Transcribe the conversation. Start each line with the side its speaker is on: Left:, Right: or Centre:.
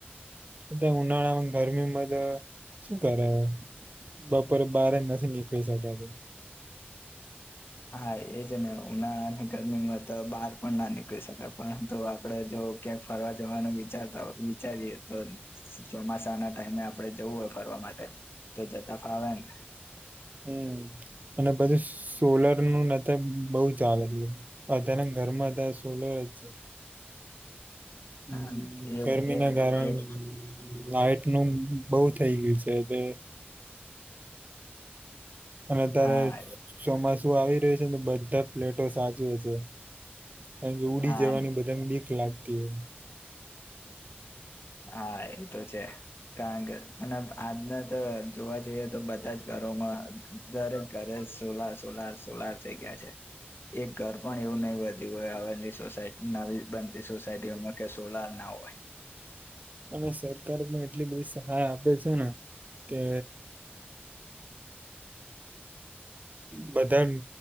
Right: અત ઉનાળામાં ગરમીમાં તો શું કરે બપોરે બહાર એ નથી નીકળી શકાતું.
Left: હા એ છે ને ઉનાળાની ગરમીમાં તો બહાર પણ ના નીકળી શકાય. પરંતુ આપડે જો ક્યાંક ફરવા જવાનું વિચારતા હો વિચારીએ તો સ ચોમાસાના ટાઈમે આપણે જવું હોય ફરવા માટે તો જતા ફાવે ને.
Right: હમ્મ અને બધું સોલર નું ન તો બઉુ જ ચા <unintelligible> તના ઘરમાં હતા સોલર જ છે. હમ્મ
Left: હા, એ
Right: ગરમી
Left: એક
Right: ના કારણે
Left: એક
Right: લાઈટ બહુ થઈ ગયું છે બે અને અત્યારે
Left: હા
Right: ચ ચોમાસું આવી તે છેને બધા પ્લેટો સાજું હ છું. કારણ ઉડી
Left: હા
Right: જવાની બધાને બીક લાગતી હોય.
Left: હા એ તો છે. કારણ કે અને આજના તો જોવા જઈએ તો બધા જ ઘરોમાં દરેક ઘરે સોલાર સોલાર સોલાર થઈ ગયા છે. એક ઘર પણ એવું નહી વધ્યું હોય આવેલી સોસાયટ નવી બનતી સોસાયટીઓમાં કે સોલાર ના હોય.
Right: અને સરકાર પણ એટલી બધી સહાય આપે છે ને કે બધા ને